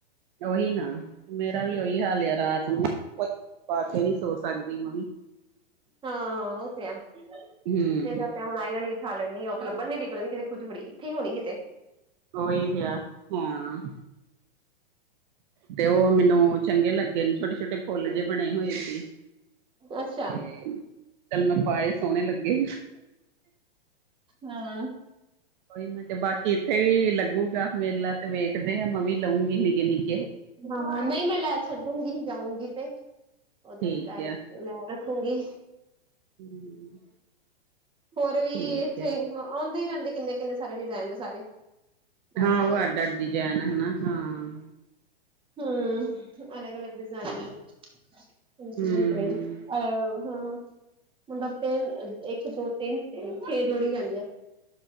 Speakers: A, on the right; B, on the right.
A: ਓਹੀ ਨਾ ਮੇਰਾ ਵੀ
B: ਹੂੰ
A: ਓਹੀ ਹਾਲ ਆ ਰਾਤ ਨੂੰ ਕੋ ਪਾਕੇ ਨਹੀਂ ਸੋ ਸਕਦੀ ਮੈਵੀ।
B: ਹਾਂ, ਉਹ ਤੇ ਹੈ। ਹੁਣ
A: ਹੂੰ
B: ਅਹੀ ਵਾਲੀ ਖਾ ਲੈਂਣੀ ਆ, ਉਹ ਤਾਂ ਲੱਭਣ ਨਹੀਂ ਡਈ ਪਤਾ ਨ ਕਿਤੇ ਖੂਹ ਚ ਇਥੇ ਹੀ ਹੋਣੀ ਕਿਤੇ।
A: ਉਹੀ ਵੀ ਆ ਹਮ। ਤੇ ਔ ਮੈਨੂੰ ਚੰਗੇ ਲੱਗੇ ਨੇ ਛੋਟੇ-ਛੋਟੇ ਫੁੱਲ ਜੇ ਬਣੇ ਹੋਏ ਸੀ।
B: ਅੱਛ
A: ਤੇ ਚੱਲ ਮੈਂ ਪਾਏ ਸੋਣੇ ਲੱਗੇ।
B: ਹਾਂ।
A: ਔਹੀ ਮੈਂ ਕਿਹਾ ਬਾਕੀ ਇੱਥੇ ਵੀ ਲੱਗੂਗਾ ਮੇਲਾ ਤੇ ਵੇਖਦੇ ਆਂ ਮੈਂ ਵੀ ਲਊਂਗੀ ਨਿੱਕੇ-ਨਿੱਕ
B: ਹਾਂ, ਨਹੀਂ ਮੈਂ ਲੈ ਛੱਡੂਗੀ ਜਾਊਗੀ ਤੇ ਔਧਰ
A: ਠੀਕ
B: ਲੈ ਰੱਖ
A: ਆ
B: ਲੈ ਰੱਖੂੰਗੀ।
A: ਹੂੰ।
B: ਹੋਰ ਵੀ
A: ਠੀਕ
B: ਇੱਥੇ
A: ਹੈ
B: ਆਉਂਦੇ ਹੀ ਰਹਿੰਦੇ ਕਿੰਨੇ-ਕਿੰਨੇ ਸਾਰੇ ਡਜ਼ਾਇਨ ਤੇ ਸਾਰੇ। ਬਹੁਤ
A: ਹਾਂ
B: ਸਾਰੇ
A: ਉਹ
B: ਆ
A: ਅੱਡ-ਅੱਡ ਡੀਜਾਇਣ ਹੈ ਨਾ ਹਾਂ।
B: ਹੂੰ, ਅਲਗ-ਅਲਗ ਡਿਜ਼ਾਈਨ ਦੇ <unintelligible>
A: ਹੂੰ
B: ਹੈਲੋ। ਨੱਬੇ ਇੱਕ ਦੋ ਤਿੰਨ ਛੇ ਜੋੜੀ ਰਹਿੰਦੇ ਆਂ।